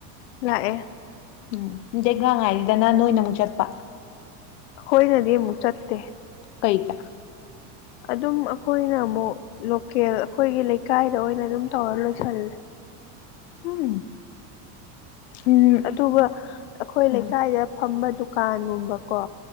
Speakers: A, on the left (about 45°); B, on the left (about 75°).
A: ꯂꯥꯛꯑꯦ
B: ꯎꯝ ꯩꯒꯥꯡ ꯉꯥꯏꯔꯤꯗꯅ ꯅꯣꯏꯅ ꯑꯃꯨꯛ ꯆꯠꯄ
A: ꯍꯣꯏꯅꯗꯤ ꯑꯃꯨꯛ ꯆꯠꯇꯦ
B: ꯀꯩꯇ
A: ꯑꯗꯨꯝ ꯑꯩꯈꯣꯏꯅ ꯑꯃꯨꯛ ꯂꯣꯀꯦꯜ ꯑꯩꯈꯣꯏꯒꯤ ꯂꯩꯀꯥꯏꯗ ꯑꯣꯏꯅ ꯑꯗꯨꯝ ꯇꯧꯔ ꯂꯣꯏꯁꯜꯂꯦ
B: ꯎꯝ ꯎꯝ
A: ꯑꯗꯨꯒ ꯑꯩꯈꯣꯏ
B: ꯎꯝ
A: ꯂꯩꯀꯥꯏꯗ ꯐꯝꯕ ꯗꯨꯀꯥꯟꯒꯨꯝꯕꯀꯣ